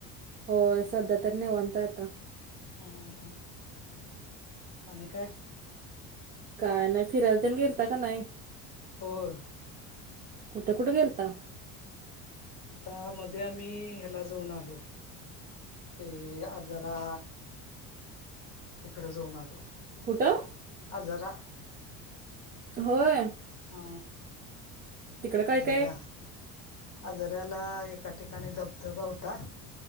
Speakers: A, on the right (about 25°); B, on the left (about 50°).
A: होय सध्या तरी निवांत आहे आता.
B: हम्म हम्म. आणि काय?
A: काय नाही फिराय तेन गेलता का नाय?
B: होय.
A: कुठे-कुठे गेलता?
B: आता मध्ये आम्ही ह्याला जाऊन आलो ते आजरा तिकडे जाऊन आलो.
A: कुठं
B: आजारा
A: होय.
B: हा
A: तिकडं काय
B: आजरा.
A: काय?
B: आजारयला एका ठिकाणी धबधबा होता.